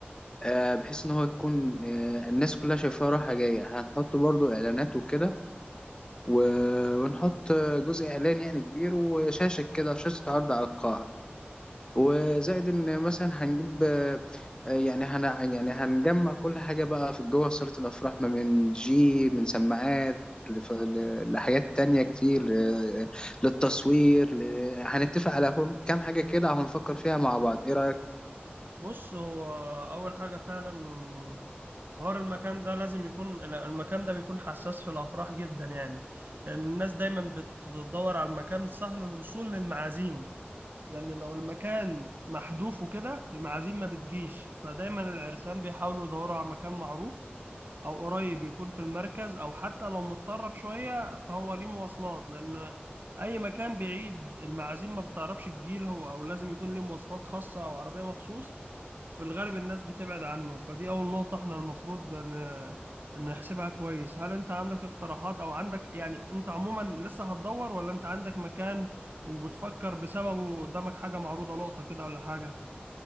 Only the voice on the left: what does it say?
آه، بحيث ان هو يكون آه، الناس كلها شايفاه رايحه جايه هنحط برضو اعلانات وكده و- ونحط آه، جزء اعلان يعني كبير وشاشه كده شاشه عرض على القاعه وزائد ان مثلا هنجيب آه، آه، يعني هن يعني هنجمع كل حاجه بقى في جوه صاله الافراح ما من دي جي من سماعات لف- ل- لحاجات تانية كتير آه، للتصوير ل- هنتفق على كم كام حاجة كده وهنفكر فيها مع بعض إيه رأيك؟